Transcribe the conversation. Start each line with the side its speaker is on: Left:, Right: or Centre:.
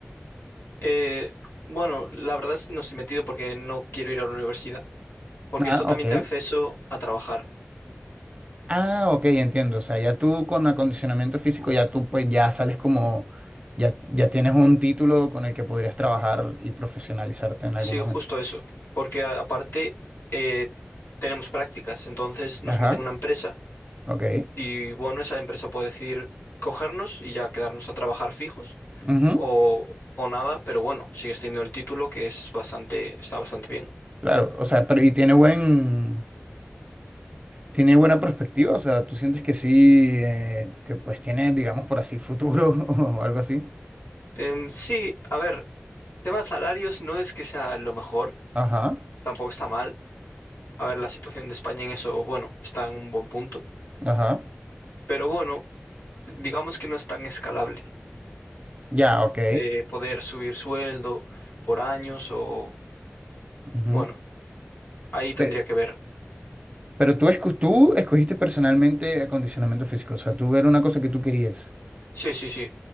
Left: eh, bueno, la verdad es que no estoy metido porque no quiero ir a la universidad, porque
Right: Ah,
Left: esto también
Right: ok.
Left: te da acceso a trabajar.
Right: Ah, ok, entiendo. O sea, ya tú con acondicionamiento físico, ya tú pues ya sales como, ya, ya tienes un título con el que podrías trabajar y profesionalizarte en
Left: Sí,
Right: algún momento.
Left: justo eso, porque a- aparte eh, tenemos prácticas, entonces nos
Right: Ajá,
Left: meten en una empresa
Right: ok.
Left: Y bueno, esa empresa puede decidir cogernos y ya quedarnos a trabajar fijos
Right: ujú,
Left: o, o nada, pero bueno, sigues teniendo el título que es bastante, está bastante bien.
Right: Claro, o sea, pero y tiene buen, tiene buena perspectiva, o sea, tú sientes que sí, eh, que pues tiene, digamos, por así futuro <laughs> o algo así.
Left: Em, sí, a ver, tema de salarios no es que sea lo mejor,
Right: Ajá,
Left: tampoco está mal. A ver, la situación de España en eso, bueno, está en un buen punto,
Right: ajá.
Left: pero bueno, digamos que no es tan escalable
Right: Ya, ok.
Left: de poder subir sueldo por años o,
Right: ujú.
Left: bueno, ahí tendría
Right: Pe-
Left: que ver.
Right: Pero tú, escu- tú escogiste personalmente acondicionamiento físico, o sea, tú era una cosa que tú querías.
Left: Sí, sí, sí.